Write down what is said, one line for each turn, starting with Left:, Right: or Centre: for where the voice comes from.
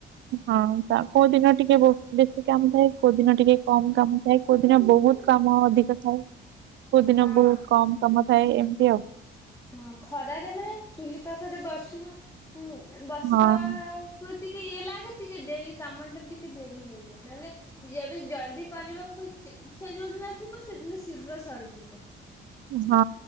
Right: ହଁ ତ କୋଉ ଦିନ ଟିକେ ବେଶୀ କାମ ଥାଏ କୋଉ ଦିନ ଟିକେ କମ୍ କାମ ଥାଏ। କୋଉଦିନ ବହୁତ୍ କାମ ଅଧିକ ଥାଏ, କୋଉଦିନ
Left: ହଁ।
Right: ବହୁତ୍ କମ୍ କାମ ଥାଏ ଏମିତି ଆଉ।
Left: ହ ଖରାରେ ମାନେ ଚୁଲି ପାଖରେ ବସିବା, ବସିବା
Right: ହଁ।
Left: ଟିକେ ଇ ଲଗେ ଟିକେ ଦେରି କାମ ଟା ଟିକେ ଦେରି ହେଇଯାଏ ନହେଲେ ଯେବେ ଜଲଦି କରିବାକୁ ଇଚ୍ଛା ଯୋଉଦିନ ଥିବ ସେଦିନ ଶୀଘ୍ର ସରିଯିବ।
Right: ହଁ